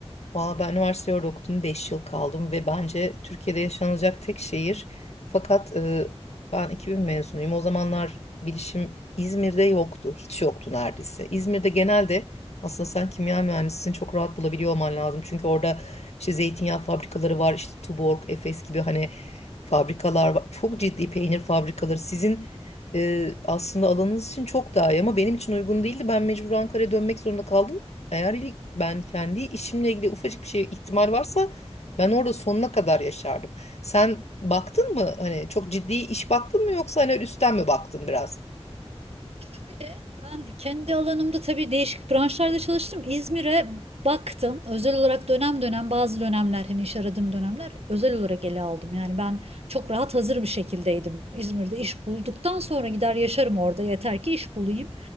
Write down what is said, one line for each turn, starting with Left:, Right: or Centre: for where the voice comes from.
Left: Valla ben üniversite orada okudum. 5 yıl kaldım ve bence Türkiye'de yaşanılacak tek şehir. Fakat e, ben 2000 mezunuyum. O zamanlar bilişim İzmir'de yoktu. Hiç yoktu neredeyse. İzmir'de genelde aslında sen kimya mühendisini çok rahat bulabiliyor olman lazım. Çünkü orada işte zeytinyağı fabrikaları var. işte Tuborg, Efes gibi hani fabrikalar var. Çok ciddi peynir fabrikaları. Sizin e, aslında alanınız için çok daha iyi ama benim için uygun değildi. Ben mecbur Ankara'ya dönmek zorunda kaldım. Eğer ilk ben kendi işimle ilgili ufacık bir şey ihtimal varsa ben orada sonuna kadar yaşardım. Sen baktın mı? Hani çok ciddi iş baktın mı yoksa hani üstten mi baktın biraz?
Right: Şöyle, ben kendi alanımda tabii değişik branşlarda çalıştım. İzmir'e baktım. Özel olarak dönem dönem bazı dönemler hani iş aradığım dönemler özel olarak ele aldım. Yani ben çok rahat hazır bir şekildeydim. İzmir'de iş bulduktan sonra gider yaşarım orada. Yeter ki iş bulayım.